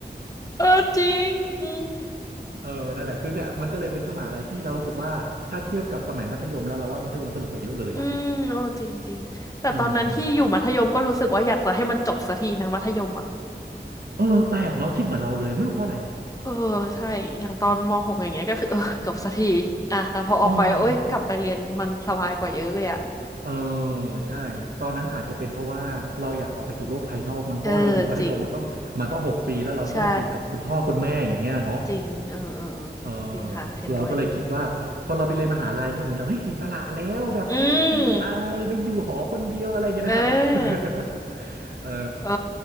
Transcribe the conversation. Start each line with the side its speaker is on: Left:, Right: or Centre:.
Left: เออจริงอืม
Right: เออนั่นแหละคือเนี่ยมันก็เลยเป็นช่วงมหาลัยที่เรารู้สึกว่าถ้าเทียบกับสมัยมัธยมแล้วเราว่ามัธยมสนุกกว่าเยอะเลยอ่ะ
Left: อืมโอ้จริงๆแต่ตอนนั้นที่อยู่มัธยมก็รู้สึกว่าอยากจะให้มันจบสักทีนะมัธยมอ่ะ
Right: เออเออแปลกเนาะคิดเหมือนเราเลยไม่รู้เพราะอะไร
Left: เออใช่ อย่างตอนมหกอย่างเงี้ยก็คือเออจบสักทีอ่ะแล้วพอออกไปก็เอ้ยกลับไปเรียนมันสบายกว่าเยอะเลยอ่ะ
Right: เออเออใช่ตอนนั้นอาจจะเป็นเพราะว่าเราอยากออกไปสู่โลกภายนอกมั้งเพราะว่าเราอยู่มัธยมมาต้องมาต้องหกปีแล้วเราก็อยู่กับคุณพ่อคุณแม่อย่างเงี้ยเนาะ
Left: อืมเออจริง ใช่จริงเออเออเออจริงค่ะเห็นด้วย
Right: เออเราก็เลยคิดว่าพอเราไปเรียนมหาลัยเงี้ยเหมือนเราเฮ้ยอิสระแล้วแบบเฮ้ยฟรีสไตล์ไม่อยู่หอคนเดียวอะไรอย่างเงี้ยนะครับว่า
Left: อืมเออ
Right: <laughs> เออ
Left: เออ